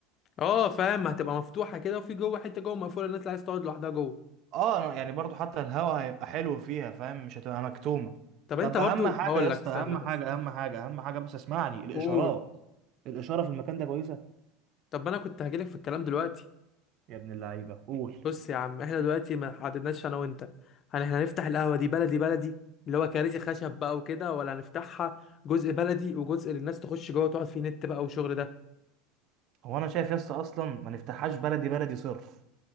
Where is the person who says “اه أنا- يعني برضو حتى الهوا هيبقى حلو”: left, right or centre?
Right